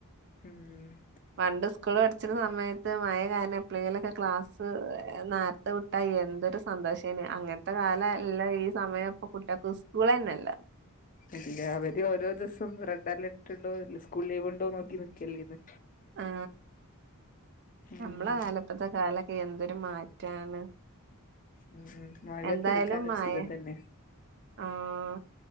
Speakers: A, on the left; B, on the right.
A: ഉം
B: പണ്ട് സ്കൂള് പഠിച്ചിന്ന സമയത്ത് മഴ കാരണം എപ്പളെങ്കിലോക്കെ ക്ലാസ് നാര് ത്തെ വിട്ടാ എന്തൊരു സന്തോഷേനി അങ്ങൻത്ത കാല അല്ല ഈ സമയം ഇപ്പ കുട്ടിയെക്ക് സ്കൂളന്നല്ല
A: ഇല്ല അവര് ഓരോ ദിവസം റെഡ് അലർട്ട് ഇണ്ടോ സ്കൂള് ലീവ് ഇണ്ടോ നോക്കി നിക്കല്ലേന്ന്
B: ആ
A: ഉം
B: ഞമ്മളെ കാലം ഇപ്പത്ത കാലെക്കെ എന്തൊരു മാറ്റാണ്
A: ഉം ഉം മഴത്ത്
B: എന്തായാലും
A: നിക്കാന് ഒരുസുഖം
B: മഴ
A: തന്നെ
B: ആഹ്